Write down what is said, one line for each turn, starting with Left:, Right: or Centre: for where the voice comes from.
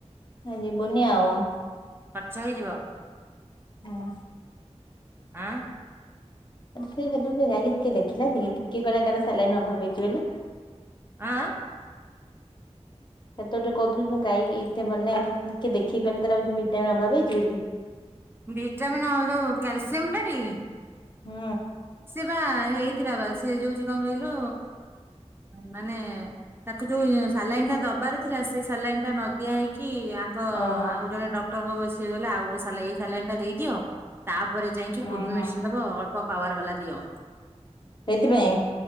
Left: ଯିବୁନି ଆଉ।
Right: ଖର୍ଚ୍ଚ ହେଇଯିବ।
Left: ହଁ।
Right: ଆଁ?
Left: ସେ ସେ ଯାଇକି ଟିକେ ଦେଖିଲା କିଏ? କିଏ କହିଲା କାହିଲୁ ସଲାଇନି ଅଭାବ ହେଇଛି ବୋଲି?
Right: ଆଁ?
Left: ସେତବେଳେ ଯଉ କହୁଥିଲୁ ତମ ଗାଈ ଏତେ ଭଲ ଲାଗେ ଦେଖିକି ଗଲେ ହଉଛି ଭିଟାମିନ ଅଭାବ ହଇଛି ବୋଲି। <unintelligible>
Right: ବିଟାମିନ୍ ହଉ କ୍ୟାଲସିୟମ ଟି
Left: ହୁଁ।
Right: ସେ ବା ହେଇଥିଲା ବା ସେ ଯୋଉଛି କଣ କହିଲୁ ମାନେ ତାକୁ ଯୋଉ ସାଲାଇନ୍ ଟା ଦବାର ଥିଲା ସେ ସାଲାଇନ୍ ଟା ନଦିଆ ହେଇକି କି ଆଙ୍କ
Left: ଓହୋ
Right: ଆଉ ଜଣେ ଡ ଟଙ୍ଗ ବସି ହେଇଗଲା ଆଉ ଗଟେ ସଲାଇ ସାଲିଇନି ଦେଇଦିଅ ତାପରେ ଯାଇକି
Left: ଉଁ
Right: କୁର୍ମି
Left: ହୁଁ
Right: ମେଡିସିନ୍ ଦବା ଅଳ୍ପ ପାୱାର ବାଲା ଦିଅ
Left: ସେଥିପାଇଁ